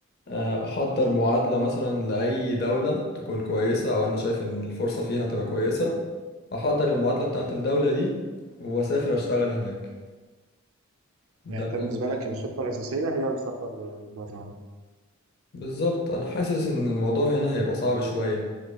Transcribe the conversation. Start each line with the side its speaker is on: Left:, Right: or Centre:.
Left: آه، احضر معادلة مثلا لأي دولة تكون كويسة او انا شايف ان الفرصة فيها تبقى كويسة احضر المعادلة بتاعت الدولة دي واسافر اشتغل هناك ده
Right: يعني انت
Left: اللي
Right: بالنسبة
Left: أنا شايفه.
Right: لك الخطة الأساسية هي السفر بره
Left: بالظبط انا حاسس ان الموضوع هنا هيبقى صعب شوية